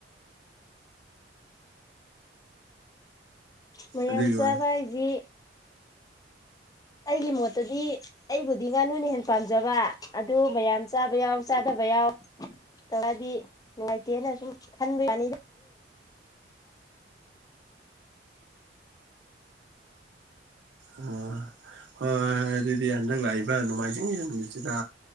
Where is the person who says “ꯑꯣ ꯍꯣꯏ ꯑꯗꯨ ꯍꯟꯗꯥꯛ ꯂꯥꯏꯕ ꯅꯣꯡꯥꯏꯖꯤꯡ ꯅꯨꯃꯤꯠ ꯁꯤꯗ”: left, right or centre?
Right